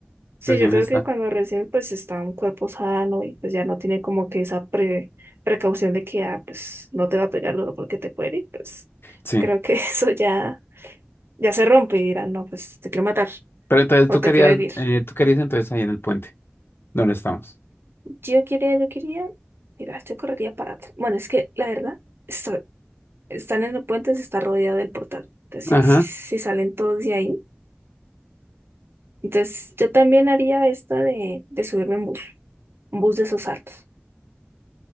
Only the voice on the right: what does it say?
sí,
yo creo
que cuando recién pues está un cuerpo sano y pues ya no tiene como que esa pre- precaución de que ah, pues no te va a pegar luego porque te puede herir, pues
creo que <laughs> eso ya, ya se rompe y dirán, no, pues te quiero matar
o
te
quiero herir.
Yo quería, yo quería, mira, yo correría para atrás. Bueno, es que la verdad. esto- están en el puente, se está rodeado del portal. Entonces, si,
si, si salen todos de ahí. Entonces, yo también haría esta de, de subirme en bus, un bus de esos altos.